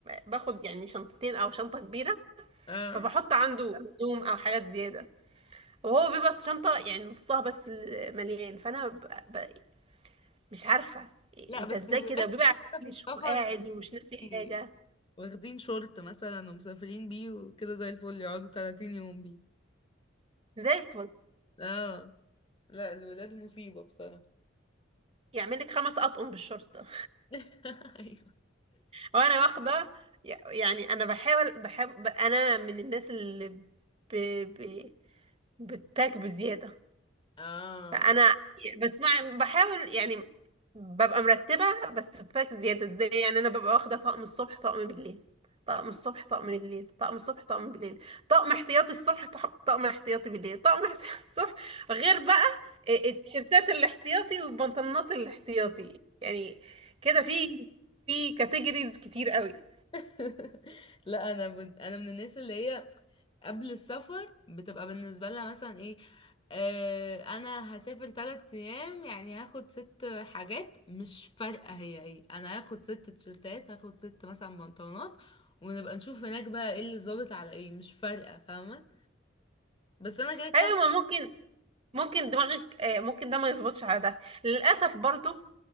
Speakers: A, on the right; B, on the left.
A: باخد يعني شنطتين او شنطه كبيره
B: اه
A: فبحط عنده هدوم او حاجات زياده وهو بيبقى الشنطه يعني نصها بس مليان فانا ب... ب... مش عارفه
B: لا
A: انت
B: بس
A: ازاي
B: الولاد
A: كده وبيبقى
B: كده في
A: عايش
B: السفر
A: وقاعد ومش ناسي
B: بي-
A: حاجه
B: واخدين شورت مثلا ومسافرين بيه وكده زي الفل يقعدوا 30 يوم بيه
A: زي الفل
B: اه لا الولاد مصيبة بصراحة
A: يعمل لك خمس اطقم بالشرطه
B: <laughs> ايوه
A: وانا واخده يعني انا بحاول بحب انا من الناس اللي ب... ب... بتباك بزياده
B: اه
A: فانا بس مع... بحاول يعني ببقى مرتبه بس بباك زياده ازاي يعني انا ببقى واخده طقم الصبح طقم بالليل طقم الصبح طقم بالليل طقم الصبح طقم بالليل طقم احتياطي الصبح طق- طقم احتياطي بالليل طقم احتياطي <laughs> الصبح غير بقى ال- التيشيرتات الاحتياطي والبنطلونات الاحتياطي يعني كده في في كاتيجوريز كتير قوي
B: <laughs> لا انا بد... انا من الناس اللي هي قبل السفر بتبقى بالنسبة لها مثلا ايه آه انا هسافر تلات ايام يعني هاخد ست حاجات مش فارقة هي ايه انا هاخد ست تيشرتات هاخد ست مثلا بنطلونات ونبقى نشوف هناك بقى ايه اللي ظابط على ايه مش فارقة فاهمة بس انا كده كده
A: ايوه ما ممكن ممكن دماغك آه، ممكن ده ما يظبطش على ده للاسف برضو